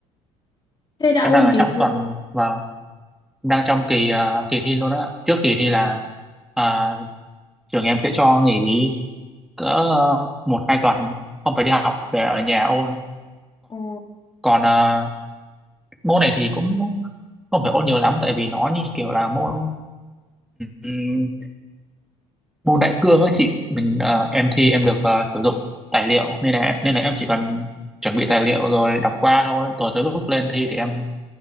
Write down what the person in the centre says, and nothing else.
em
đang ở
trong
tuần và đang trong kỳ ờ, kỳ thi luôn á trước kỳ thi là ờ, trường em sẽ cho nghỉ cỡ ờ, một hai tuần không phải đi học để ở nhà ôn
còn à, môn này thì cũng không phải ôn nhiều lắm tại vì nó như kiểu là môn ừm, môn đại cương ấy chị mình à, em thi em được à, sử dụng tài liệu nên là nên là em chỉ cần chuẩn bị tài liệu rồi đọc qua thôi rồi tới lúc lên thi thì em